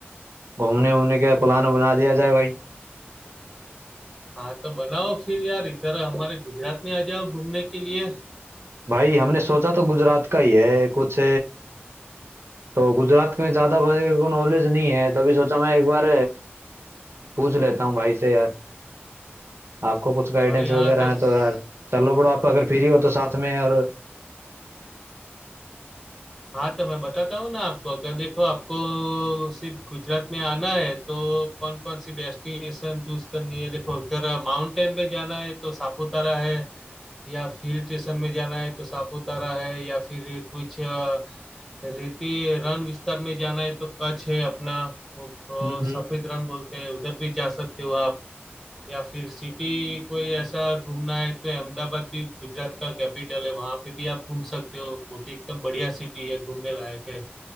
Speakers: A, on the right; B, in the centre.
A: घूमने वूमने का प्लान बना दिया जाए भाई
B: हाँ तो बनाओ फिर यार इधर हमारे गुजरात में आ जाओ घूमने के लिए
A: भाई हमने सोचा तो गुजरात का ही है कुछ तो गुजरात में ज़्यादा मेरे को नॉलेज नहीं है तभी सोचा मैं एक बार पूछ लेता हूँ भाई से यार आपको कुछ गाइडेंस
B: हमारे यहाँ
A: वगैरह
B: तो
A: है
B: स-
A: तो यार चलो बड़ो आप अगर फ्री हो तो
B: हाँ
A: साथ में और
B: हाँ तो मैं बताता हूँ ना आपको अगर देखो आपको सिर्फ गुजरात में आना है तो कौन कौन सी डेस्टिनेशन चूज करनी है देखो इधर माउंटेन में जाना है तो सापुतारा है या हिल स्टेशन में जाना है तो सापुतारा है या फिर कुछ अ, रेती रण विस्तार में जाना है तो कच्छ है अपना वो,
A: हम्म
B: अ,
A: हम्म।
B: सफेद रण बोलते हैं उधर भी जा सकते हो आप या फिर सिटी कोई ऐसा घूमना है तो अहमदाबाद भी गुजरात का कैपिटल है वहां पे भी आप घूम सकते हो वो भी एकदम बढ़िया सिटी है घूमने लायक है